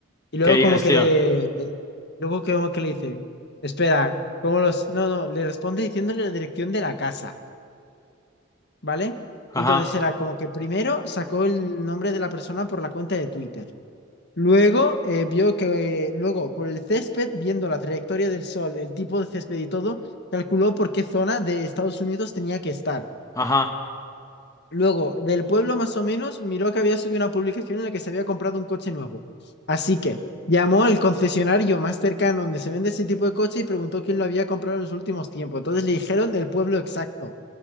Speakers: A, on the left; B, on the left.
A: Y luego
B: ¿Qué dices,
A: como que
B: tío?
A: le, le- luego que como que le dice, espera, ¿cómo los? No, no, le responde diciéndole la dirección de la casa, ¿vale?
B: Ajá,
A: Y entonces era como que primero sacó el nombre de la persona por la cuenta de Twitter. Luego eh, vio que, luego por el césped, viendo la trayectoria del sol, el tipo de césped y todo, calculó por qué zona de Estados Unidos tenía que estar.
B: ajá.
A: Luego, del pueblo más o menos, miró que había subido una publicación en la que se había comprado un coche nuevo. Así que llamó al concesionario más cercano donde se vende ese tipo de coche y preguntó quién lo había comprado en los últimos tiempos. Entonces le dijeron el pueblo exacto.